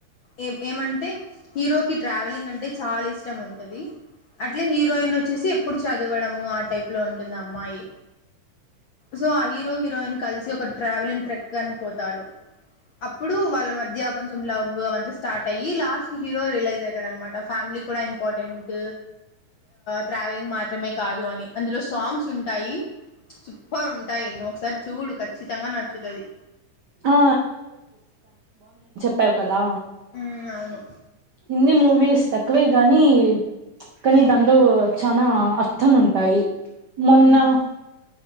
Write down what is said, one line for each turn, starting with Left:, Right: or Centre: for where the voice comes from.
Left: ఏ ఏమంటే హీరో కి ట్రావెలింగ్ అంటే చాలా ఇష్ కొంచెం ఉంటది అట్లే హీరోయిన్ వచ్చేసి ఎప్పుడు చదవడము ఆ టైప్ లో ఉంటుంది అమ్మాయి సో ఆ హీరోయిన్ హీరోయిన్ కలిసి ఒక ట్రావెలింగ్ ట్రెక్ అని పోతారు అప్పుడు వాళ్ళ మధ్య కొం లవ్ వంత స్టార్ట్ అయి లాస్ట్ కి హీరో రిలైజ్ అవుతాడ అనమాట ఫ్యామిలీ కూడా ఇంపార్టెంట్ ట్రావెలింగ్ మాత్రమే కాదు అని అందులో సాంగ్స్ ఉంటాయి. సూప్పర్ ఉంటాయి ఒకసారి చూడు ఖచ్చితంగా నచ్చుతది.
Right: ఆ తేవ్ కదా
Left: మ్మ్ అవును
Right: ఇన్ని మూవీస్ తక్కువే గానీ ఉచ్ కానీ దాంట్లో చానా అర్థం ఉంటాయి. మొన్న
Left: మ్మ్